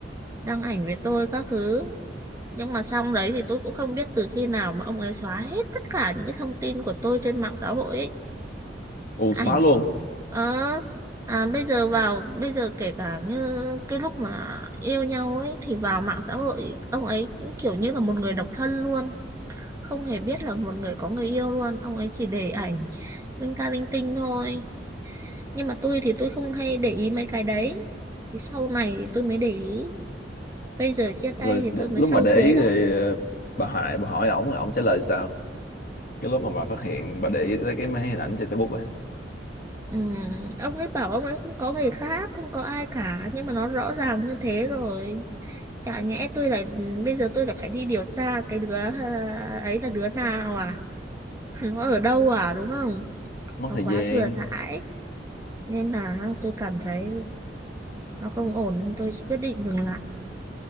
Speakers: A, on the right; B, on the left.
A: đăng ảnh với tôi các thứ nhưng mà xong đấy thì tôi cũng không biết từ khi nào mà ông ấy xóa hết tất cả những cái thông tin của tôi trên mạng xã hội ấy.
B: ù
A: ảnh
B: xóa luôn
A: ờ à, bây giờ vào bây giờ kể cả như cái lúc mà yêu nhau ấy thì vào mạng xã hội ông ấy cũng kiểu như là một người độc thân luôn không hề biết là một người có người yêu luôn ông ấy chỉ để ảnh linh ta linh tinh thôi nhưng mà tôi thì tôi không hay để ý mấy cái đấy thì sau này thì tôi mới để ý bây giờ chia tay
B: rồi
A: thì
B: lúc,
A: tôi mới
B: lúc
A: sâu
B: mà để
A: chuối
B: ý
A: ra
B: thì ờ, bà Hải bà hỏi ổng ổng trả lời sao cái lúc mà bà phát hiện bà để ý tới cái mấy hình ảnh trên Facebook á
A: Ừ, ông ấy bảo ông ấy không có người khác, không có ai cả, nhưng mà nó rõ ràng như thế rồi. Chả nhẽ tôi lại bây giờ tôi lại phải đi điều tra cái đứa à, ấy là đứa nào à? <laughs> Nó ở đâu à đúng không?
B: mất
A: Nó
B: thời
A: quá
B: gian
A: thừa thãi nên là tôi cảm thấy nó không ổn nên tôi quyết định dừng lại.